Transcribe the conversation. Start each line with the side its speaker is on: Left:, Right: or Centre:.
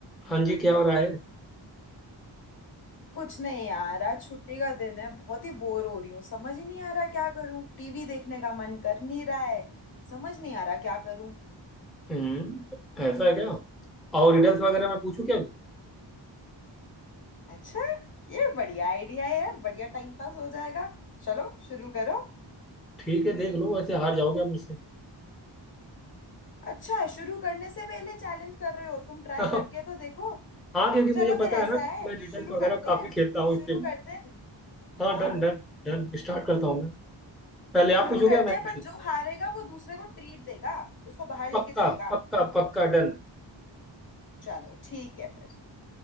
Centre: हाँ जी क्या हो रहा है
Left: कुछ नहीं यार आज छुट्टी का दिन है बहुत ही बोर हो रही हूँ समझ ही नहीं आ रहा क्या करूँ टीवी देखने का मन कर नहीं रहा है समझ नहीं आ रहा क्या करूँ
Centre: हम्म ऐसा है क्या और रिडल्स वगैरह मैं पूछूं क्या
Left: अच्छा ये बढ़िया आइडिया है यार बढ़िया टाइम पास हो जाएगा चलो शुरू करो
Centre: ठीक है देख लो वैसे हार जाओगे आप मुझसे
Left: अच्छा शुरू करने से पहले चैलेंज कर रहे हो तुम ट्राई
Centre: <laughs>
Left: करके तो देखो
Centre: हाँ क्योंकि
Left: चलो
Centre: मुझे
Left: फिर
Centre: पता
Left: ऐसा
Centre: है ना
Left: है
Centre: मैं रिडल्स
Left: शुरू
Centre: वगैरह
Left: करते
Centre: काफी
Left: हैं
Centre: खेलता हूँ
Left: शुरू
Centre: इसलिए
Left: करते
Centre: बोल
Left: हैं
Centre: रहा
Left: हाँ
Centre: हूँ। हाँ डन डन डन स्टार्ट करता हूँ मैं पहले आप
Left: शुरू
Centre: पूछोगे
Left: करते
Centre: या मैं
Left: हैं
Centre: पूछूं
Left: पर जो हारेगा वो दूसरे को ट्रीट देगा उसको बाहर लेके
Centre: पक्का
Left: जाएगा
Centre: पक्का पक्का डन
Left: चलो ठीक है फिर